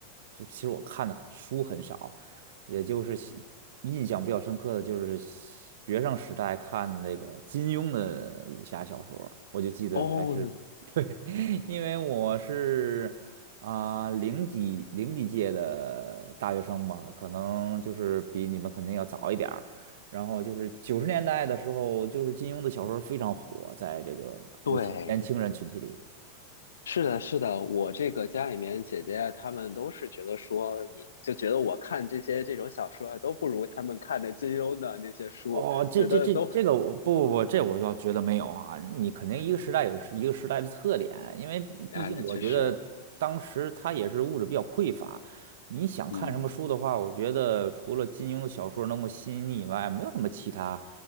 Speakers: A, on the right; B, on the left.
A: 就是其实我看的书很少，也就是喜印象比较深刻的就是学生时代看的那个金庸的武侠小说，我就记得还是
B: 哦，
A: <laughs> 对，因为我是啊、零几零几届的大学生嘛，可能就是比你们肯定要早一点儿。然后就是九十年代的时候，就是金庸的小说非常火，在这个尤其年轻人群体里。
B: 对，是的，是的，我这个家里面姐姐啊她们都是觉得说，你就觉得我看这些这种小说啊，都不如他们看的金庸的那些书，
A: 哦，这这这这个我不不不，
B: 觉得都
A: 这我倒觉得没有啊。你肯定一个时代有一个时代的特点，
B: <laughs>
A: 因为毕竟我觉得当时它也是物质比较匮乏。
B: 啊，那确实，
A: 你想看什么书的话，
B: 嗯。
A: 我觉得除了金庸的小说能够吸引你以外，没有什么其他